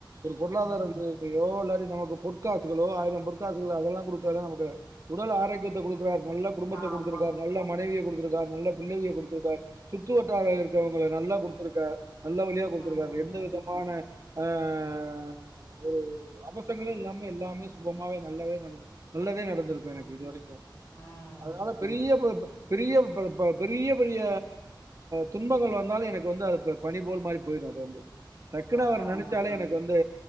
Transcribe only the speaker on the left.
ம்.
ஆமா.
ம்ஹ்ம்.
ம்.
ம்.
ம்.
அதான்
அதான்.